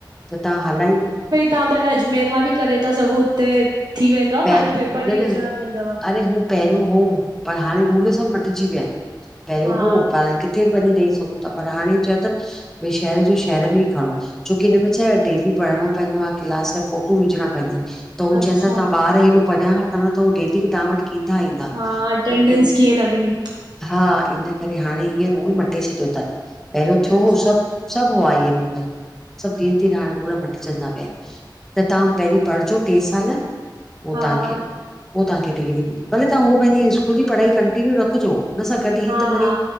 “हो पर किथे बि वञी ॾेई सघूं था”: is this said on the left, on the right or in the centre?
Centre